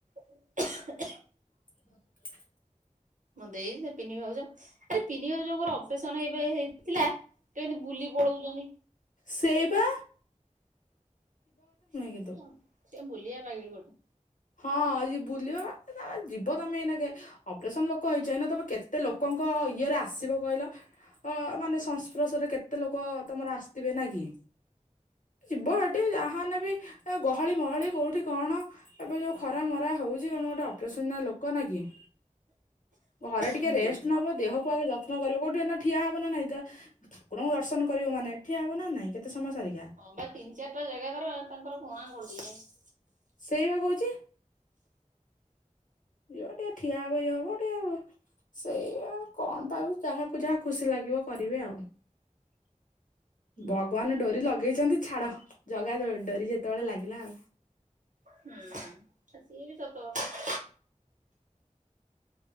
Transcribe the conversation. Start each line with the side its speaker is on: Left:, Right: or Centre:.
Right: <inaudible>
Left: <inaudible>
Right: ମୋ ଦେଇ ସେ ପିନି ଭାଉଜ ଆରେ ପିନି ଭାଉଜଙ୍କର ଅପରେସନ ଏବେ ହେଇଥିଲା। ସେକେନ୍ତି ବୁଲି ପଳଉଛନ୍ତି।
Left: ସେଇ ପା।
Right: ସେ
Left: କିନ୍ତୁ
Right: ବୁଲିବା ପାଗେଳି ଗୋଟେ।
Left: ହଁ ଆଜି ବୁଲିବ ବା ଯିବ ତମେ ଏଇନା କେ ଅପରେସନ ଲୋକ କହିଛ ନା ତମେ କେତେ ଲୋକଙ୍କ ଇଏରେ ଆସିବ କହିଲ ଅ ମାନେ ସଂସ୍ପର୍ଶରେ କେତେ କେତେ ଲୋକ ତମର ଆସିଥିବେ ନା କି। ଯିବ ହେଠି ଯାହା ହେଲେବି ଏ ଗହଳି ମହଳି କୋଉଠି କଣ। ଏବେ ଯେଉଁ ଖରା ମରା ହେଉଛି ତୁମେ ଗୋଟେ ଅପରେସନ ନା ଲୋକ ନା କି? ଘରେ ଟିକେ
Right: ହୁଁ
Left: ରେଷ୍ଟ ନେବ ଦେହକୁ ଆଗେ ଯତ୍ନ କରିବ କୋଉଠି ଏନା ଠିଆ ହବ ନା ନାଇଁ ତା ଠାକୁରଙ୍କୁ ଦର୍ଶନ କରିବ ମାନେ ଠିଆ ହବ ନା ନାଇଁ କେତେ ସମୟ ସାରିକା।
Right: ହଁ ପା ତିନି ଚାରିଟା ଜାଗା ଧର ତାଙ୍କର ପଣା କରିଦେଇଛି।
Left: ସେଇପା କହୁଛି। ଯିବ ଟିକେ ଠିଆ ହବ ଇଏ ହବ ଟିକେ ଆଉ। ସେଇୟା କଣ ପାଇବୁ ଯାହାକୁ ଯାହା ଖୁସି ଲାଗିବ କରିବେ ଆଉ। ଭଗବାନ ଡୋରି ଲଗେଇଛନ୍ତି ଛାଡ ଜଗା ଡୋରି ଯେତେବେଳେ ଲାଗିଲା ଆଉ।
Right: ହୁଁ ସିଏ ବି ସତ କଥା।